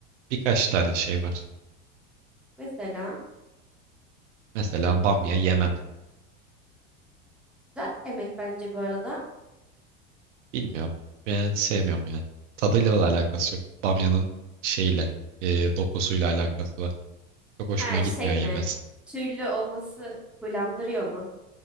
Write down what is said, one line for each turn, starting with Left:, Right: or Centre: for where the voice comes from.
Right: birkaç tane şey var.
Centre: Mesela
Right: Mesela bamya yemem.
Centre: güzel emek bence bu arada.
Right: Bilmiyorum. Ben sevmiyorum yani. Tadıyla da alakası yok. Bamyanın şeyle, e, dokusuyla alakası var. Çok hoşuma
Centre: ha
Right: gitmiyor
Centre: şey
Right: yemesi.
Centre: mi? Tüylü olması huylandırıyor mu?